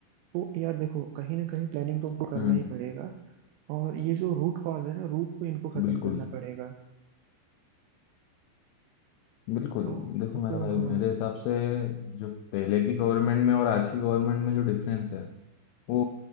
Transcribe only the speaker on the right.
तो यार देखो कहीं ना कहीं प्लानिंग तो उनको करना
ही पड़ेगा और ये जो रूट कॉज है ना रूट को इनको खत्म
करना पड़ेगा
तो
तो
हाँ